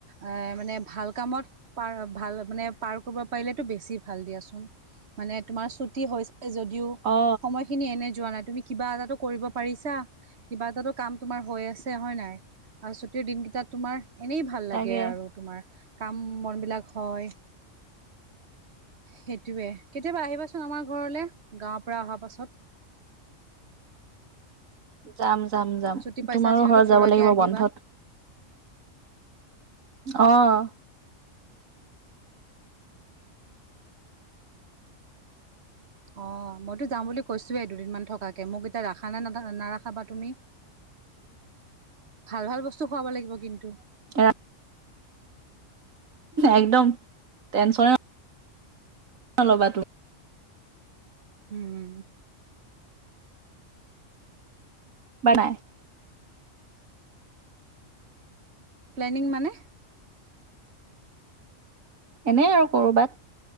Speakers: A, on the right; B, on the right.
A: আঁ মানে, ভাল কামত পাৰ, ভাল তাৰমানে, পাৰ কৰিব পাৰিলেতো বেছি ভাল দিয়াচোন! মানে, তোমাৰ ছুটি হৈছে যদিও,
B: অ
A: সময়খিনি এনে যোৱা নাই, তুমি কিবা এটাটো কৰিব পাৰিছা! কিবা এটাটো কাম তোমাৰ হৈ আছে, হয় নাই? আৰু ছুটিৰ দিনকেইটাত তোমাৰ, এনেই ভাল লাগে
B: তাকে
A: আৰু তোমাৰ! কাম-বন বিলাক হয়। সেইটোৱে, কেতিয়াবা আহিবাচোন আমাৰ ঘৰলে, গাঁৱৰ পৰা অহা পাছত?
B: যাম যাম যাম
A: ছুটি পাইছা
B: তোমাৰো
A: যিহেতু
B: ঘৰত
A: ফুৰাকে
B: যাব লাগিব
A: আহিবা।
B: বন্ধত। অহ।
A: অ মইতো যাওঁ বুলি কৈছোয়ে দুদিনমান থকাকে, মোক এতিয়া ৰাখা নে নাৰাখা বা তুমি?
B: <inaudible>
A: ভাল ভাল বস্তু খুৱাব লাগিব কিন্তু।
B: এ একদম টেনচনে নলবা তু
A: উম।
B: <unintelligible>
A: প্লেনিং মানে?
B: এনেই আৰু কৰবাত,